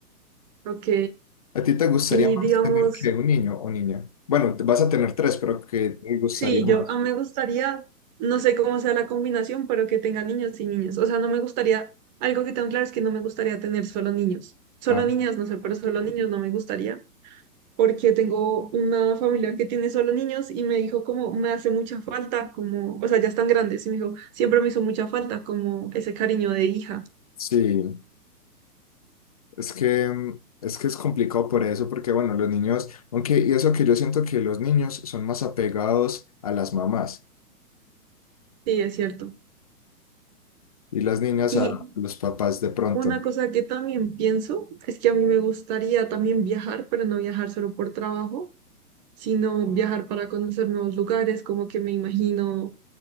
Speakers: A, on the right (about 30°); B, on the left (about 25°).
A: ok.
B: ¿A ti te gustaría
A: Y
B: más
A: digamos,
B: tener que un niño o niña? Bueno, te- vas a tener tres, pero qué te gustaría
A: sí,
B: más?
A: yo a me gustaría, no sé cómo sea la combinación, pero que tenga niños y niñas. O sea, no me gustaría, algo que tengo claro es que no me gustaría tener solo niños. Solo
B: Ah,
A: niñas, no sé, pero solo niños no me gustaría. porque tengo una familiar que tiene solo niños y me dijo como me hace mucha falta, como, o sea, ya están grandes y me dijo, siempre me hizo mucha falta como ese cariño de hija.
B: sí. Es que, mm, es que es complicado por eso, porque bueno, los niños, aunque, y eso que yo siento que los niños son más apegados a las mamás
A: Sí, es cierto.
B: y las niñas
A: Y
B: a los papás de pronto.
A: una cosa que también pienso es que a mí me gustaría también viajar, pero no viajar solo por trabajo, sino viajar para conocer nuevos lugares, como que me imagino